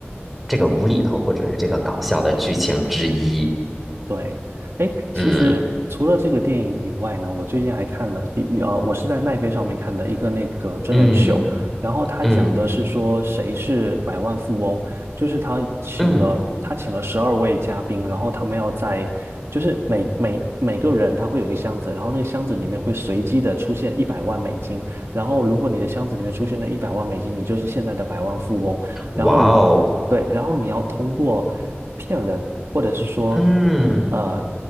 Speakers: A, in the centre; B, on the right.
A: 这个无厘头或者是这个搞笑的剧情之一。
B: 对，哎，其实除了这个电影以外呢，
A: 嗯
B: 我最近还看了一一呃，我是在奈飞上面看的一个那个真人秀，
A: 嗯
B: 然后他讲的是说谁是百万富翁，
A: 嗯
B: 就是他请了他请了十二位嘉宾，
A: 嗯，
B: 然后他们要在就是每每每个人他会有一个箱子，然后那个箱子里面会随机的出现一百万美金，然后如果你的箱子里面出现了一百万美金，你就是现在的百万富翁，
A: 哇哦，
B: 然后你对，然后你要通过骗人，或者是说，
A: 嗯
B: 呃，